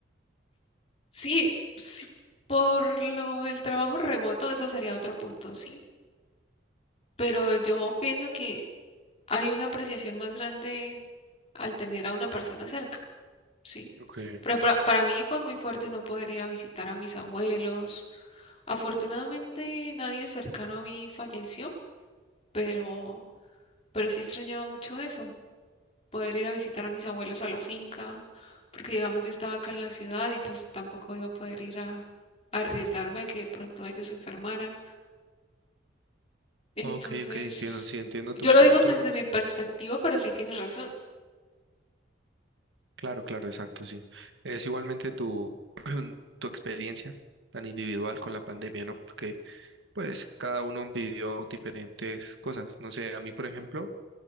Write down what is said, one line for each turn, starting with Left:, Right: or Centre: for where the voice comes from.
Left: sí, sí, por lo el trabajo remoto, eso sería otro punto, sí pero yo pienso que hay una apreciación más grande al tener a una persona cerca, ¿sí?
Right: Ok,
Left: Pero para, para mí fue muy fuerte no poder ir a visitar a mis abuelos. Afortunadamente nadie cercano a mí falleció, pero, pero sí extrañaba mucho eso, poder ir a visitar a mis abuelos a la finca, porque digamos yo estaba acá en la ciudad y pues tampoco iba a poder ir a, a arriesgarme a que de pronto ellos se enfermaran. Entonces,
Right: ok, ok, entiendo, sí, entiendo
Left: yo
Right: tu punto.
Left: lo digo desde mi perspectiva, pero sí tienes razón.
Right: Claro, claro, exacto, sí. Es igualmente tu, <clears throat> tu experiencia tan individual con la pandemia, ¿no? Porque pues cada uno vivió diferentes cosas. No sé, a mí, por ejemplo,